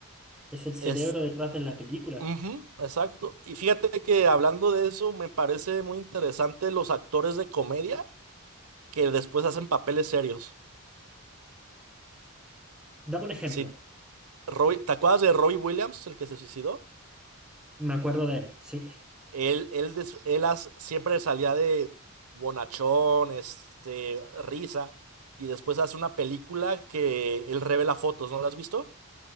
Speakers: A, in the centre; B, on the right (about 80°).
A: es el cerebro
B: Es...
A: detrás de la película.
B: ujú, exacto. Y fíjate que hablando de eso, me parece muy interesante los actores de comedia que después hacen papeles serios.
A: Dame un ejemplo.
B: Si Robbie- ¿te acuerdas de Robbie Williams, el que se suicidó?
A: Me acuerdo de él, sí.
B: Él, él, des- él as- siempre salía de bonachón, este, risa, y después hace una película que él revela fotos, ¿no la has visto?